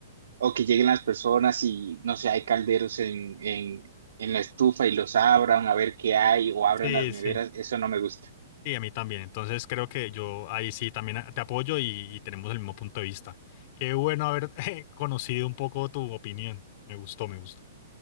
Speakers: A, on the right; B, on the left.
A: o que lleguen las personas y no sé, hay calderos en, en, en la estufa y los abran a ver qué hay o abran
B: Sí,
A: las neveras,
B: sí,
A: eso no me gusta.
B: sí, a mí también. Entonces creo que yo ahí sí también te apoyo y, y tenemos el mismo punto de vista. Qué bueno haber <laughs> eh, conocido un poco tu opinión. Me gustó, me gustó.